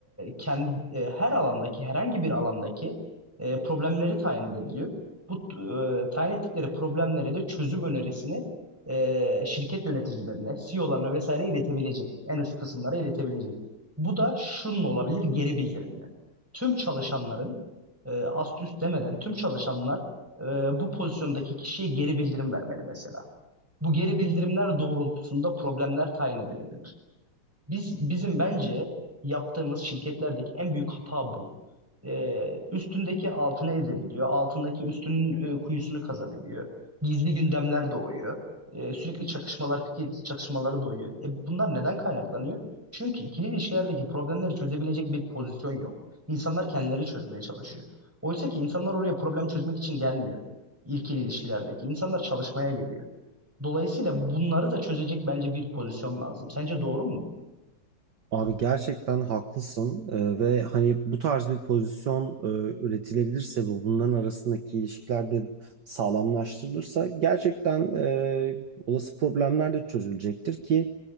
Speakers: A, in the centre; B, on the right (about 55°).
A: kend- e, her alandaki herhangi bir alandaki e, problemleri tayin edebiliyor. Bu e, tayin ettikleri problemlere de çözüm önerisini e, şirket yöneticilerine, CEO'larına vesaire iletebilecek. En üst kısımlara iletebilecek. Bu da şunun olabilir geri bildirimle. Tüm çalışanların e, ast üst demeden tüm çalışanlar e, bu pozisyondaki kişiye geri bildirim vermeli mesela. Bu geri bildirimler doğrultusunda problemler tayin edilebilir. Biz bizim bence yaptığımız şirketlerdeki en büyük hata bu. Ee, üstündeki altını ezebiliyor, altındaki üstünün e, kuyusunu kazabiliyor. Gizli gündemler doğuyor. Ee, sürekli çakışmalar, fikir çatışmaları doğuyor. E, bunlar neden kaynaklanıyor? Çünkü ikili ilişkilerdeki problemleri çözebilecek bir pozisyon yok. İnsanlar kendileri çözmeye çalışıyor. Oysa ki insanlar oraya problem çözmek için gelmiyor. İkili ilişkilerdeki insanlar çalışmaya geliyor. Dolayısıyla bunları da çözecek bence bir pozisyon lazım. Sence doğru mu bu?
B: Abi gerçekten haklısın Ee, ve hani bu tarz bir pozisyon e, üretilebilirse ve bunların arasındaki ilişkiler de sağlamlaştırılırsa gerçekten e, olası problemler de çözülecektir ki